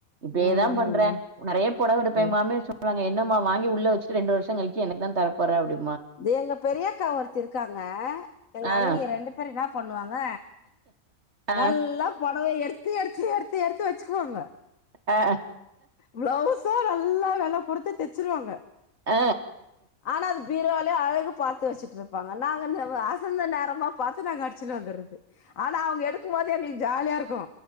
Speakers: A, on the right; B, on the left.
A: இப்டியே
B: ம்
A: தா பண்றே
B: ம்
A: நெறைய பொடவ எடுப்பே
B: ம்
A: எ மாமியார் சொ ல்வாங்க என்னம்மா வாங்கி உள்ள வெச்சுட்டு ரெண்டு வருஷொ கழிச்சி எனக்கு தா தர போற அப்டி
B: தே எங்க பெரியக்கா ஒருத்தி இருக்காங்க எங்க
A: ஆ
B: அண்ணி ரெண்டு பேர் இன்னா பண்ணுவாங்க
A: ஆ
B: நல்லா பொடவ எடு த்து எடுத்து எடுத்து எடுத்து வெச்சுக்குவாங்க
A: ஆ
B: பிளவ்ஸு நல்லா வெல குடுத்து தெச்சிருவாங்க
A: அ
B: ஆனா அது பீரோலே அழகு பாத்து வச்சுட்ருப்பாங்க நாங்கன்னவ அ சந்த நேரமா பாத்து நாங்க அடிச்சுட்டு வந்துர்றது ஆனா அவுங்க எடுக்கும் போது எங்ளுக் ஜாலியா இருக்கு